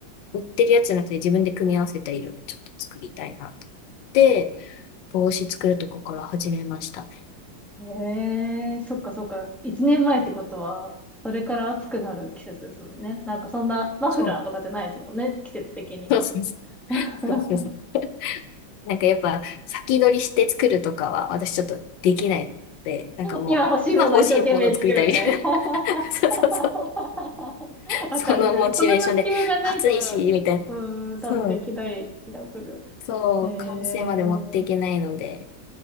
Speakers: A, on the left; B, in the centre.
A: 売ってるやつじゃなくて自分で組み合わせた色でちょっと作りたいなと思って。帽子作るとこから始めました。
B: うん。へそっかそっか。一年前ってことは、それから暑くなる季節ですもんね。なんかそんなマフラーとかじゃないですもんね。
A: そう。
B: 季節的には。
A: そうそうそ
B: <laughs>
A: うそうそう。なんかやっぱ先取りして作るとかは私ちょっとできないので、なんかもう今欲しいものを作りたい
B: 今欲しいものを一生懸命作るみたいな。<laughs>
A: そうそうそう。
B: わかる。
A: そのモチベーションで、
B: その欲求がないと、
A: 暑いし、みたいな。
B: うん、
A: そう。
B: 多分できない気がする。
A: そう、
B: えー、
A: 完成まで持っていけないので。